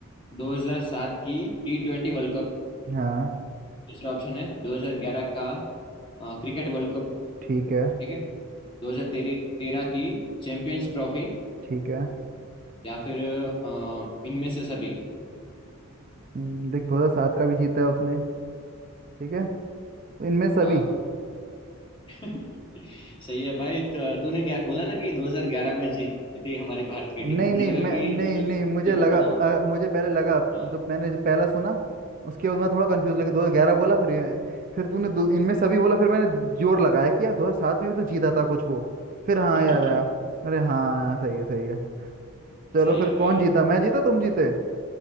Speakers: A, on the left; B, on the right.
A: 2007 की टी ट्वेंटी वर्ल्ड कप
B: हाँ
A: दूसरा ऑप्शन है 2011 का अ, क्रिकेट वर्ल्ड कप
B: ठीक है
A: ठीक है 2013 तेरह तेरह की चैंपियंस ट्रॉफी
B: ठीक है
A: या फिर अ, इनमें से सभी
B: हम्म, देख दो हजार सात का भी जीता है उसने ठीक है तो इनमें सभी
A: हाँ <laughs> सही है भाई त- तूने क्या बोला ना कि 2011 में जीती हमारी भारत की
B: नहीं
A: टीम तो मुझे
B: नहीं
A: लगा
B: मैं
A: कि
B: नहीं
A: तुझे
B: नहीं मुझे
A: एक
B: लगा
A: ही पता
B: अ,
A: होगा
B: मुझे पहले लगा
A: हाँ
B: जब मैंने जब पहला सुना उसके बाद मैं थोड़ा कंफ्यूज लेकिन दो हजार ग्यारह बोला फिर फिर तूने दो- इनमें सभी बोला फिर मैंने जोर लगाया कि यार दो हजार सात में भी तो जीता था कुछ वो फिर हाँ
A: <laughs>
B: याद आया अरे हाँ यार सही है सही है चलो
A: सही
B: फिर
A: है भाई
B: कौन जीता मैं जीता तुम जीते